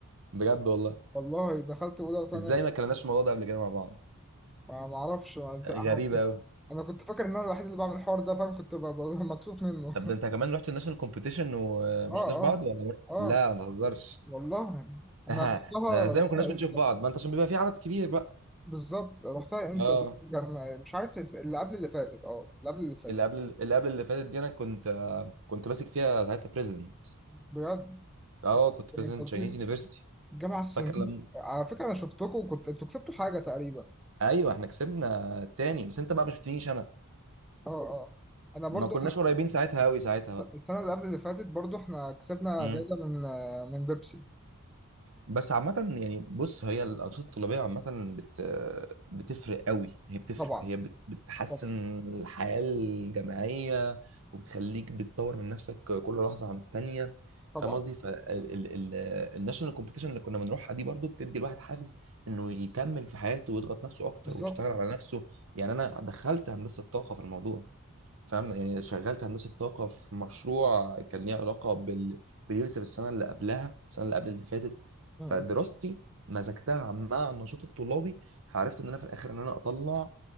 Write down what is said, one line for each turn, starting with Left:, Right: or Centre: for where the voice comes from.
Right: بجد والله
Centre: والله دخلت اولى وثانيه
Right: ازاي ما كلمناش في الموضوع ده قبل كده مع بعض
Centre: ما ما اعرفش انا أنا
Right: غريبه
Centre: كنت
Right: قوي
Centre: أنا كنت فاكر ان انا الوحيد اللي بعمل الحوار ده فاهم كنت ب- ب- مكسوف منه
Right: طب ده انت
Centre: <laughs>
Right: كمان رحت الناشونال كومبيتيشن وما
Centre: اه اه
Right: شفناش بعض ولا مرة؟
Centre: اه
Right: لا ما تهزرش
Centre: والله انا
Right: <laughs>
Centre: رحتها
Right: ده ازاي
Centre: رحتها
Right: ما كناش بنشوف
Centre: إمتى؟
Right: بعض ما انت عشان بيبقى في عدد كبير بقى
Centre: بالظبط رحتها امتى
Right: اه
Centre: كان مش عارف الس- اللي قبل اللي فاتت اه اللي قبل اللي فاتت
Right: اللي قبل اللي قبل اللي فاتت دي انا كنت كنت ماسك فيها ساعتها بريزيدنت
Centre: بجد
Right: اه كنت
Centre: يعني
Right: بريزيدنت
Centre: أنت قلت
Right: تشاينيز
Centre: لي
Right: يونيفرستي
Centre: الجامعه الصينيه
Right: فاكر لما
Centre: على فكره انا شفتكم وكنت انتوا كسبتوا حاجه تقريبا
Right: ايوه احنا كسبنا التاني بس انت بقى ما شفتنيش انا
Centre: اه اه انا برضو
Right: ما كناش قريبين ساعتها قوي ساعتها بقى
Centre: السنه اللي قبل اللي فاتت برضو احنا كسبنا
Right: مم.
Centre: جايزه من من بيبسي
Right: بس عامة يعني بص هي الأنشطة الطلابية عامة بت... بتفرق قوي هي بتفرق
Centre: طبعا
Right: هي بت... بتحسن
Centre: طبعا
Right: الحياة الجامعية وبتخليك بتطور من نفسك كل لحظة عن التانية
Centre: طبعا
Right: فاهم قصدي فالناشونال كومبيتيشن اللي كنا بنروحها دي برضو بتدي الواحد حافز إنه يكمل في حياته ويضغط نفسه أكتر
Centre: بالظبط
Right: ويشتغل على نفسه يعني أنا دخلت هندسة طاقة في الموضوع فاهم يعني شغلت هندسه طاقه في مشروع كان ليه علاقه بال... باليونيسف السنه اللي قبلها السنه اللي قبل اللي فاتت
Centre: بالظبط.
Right: فدراستي مزجتها مع النشاط الطلابي فعرفت ان انا في الاخر ان انا اطلع